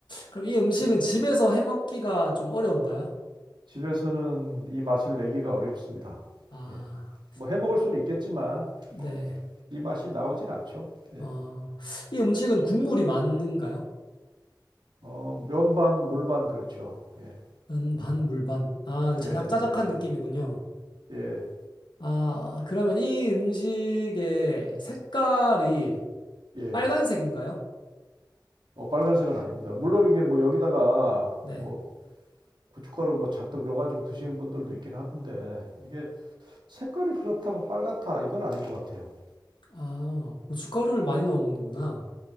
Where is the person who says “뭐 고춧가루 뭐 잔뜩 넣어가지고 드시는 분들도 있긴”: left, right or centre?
Right